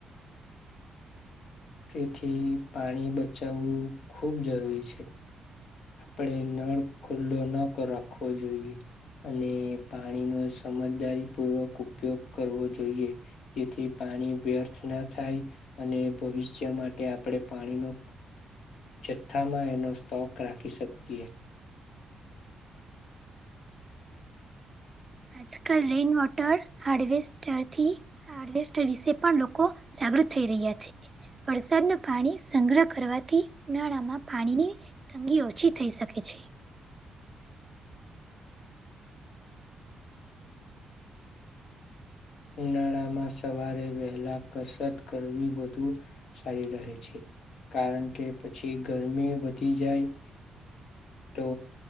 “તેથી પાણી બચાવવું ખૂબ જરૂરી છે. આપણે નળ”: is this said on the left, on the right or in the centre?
Left